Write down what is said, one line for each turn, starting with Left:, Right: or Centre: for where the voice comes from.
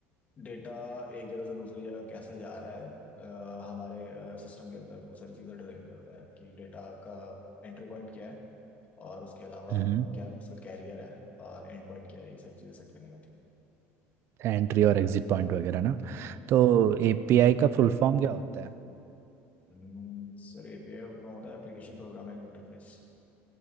Left: डेटा एक जगह से दूसरी जगह कैसे जा रहा है अ, हमारे सिस्टम के अंदर वो सारी चीज़ें डिजाइन करता है कि डेटा का एंट्री पॉइंट क्या है और उसके अलावा
Right: हम्म
Left: क्या उसका कैरियर है और एंड पॉइंट क्या है ये सारी चीज़ें सेट करनी होती है
Right: एंट्री और एग्जिट पॉइंट वगैरह ना
Left: जी
Right: तो एपीआई का फुल फॉर्म क्या होता है
Left: हम्म, सर एपीआई का होता है एप्लीकेशन प्रोग्रामिंग इंटरफेस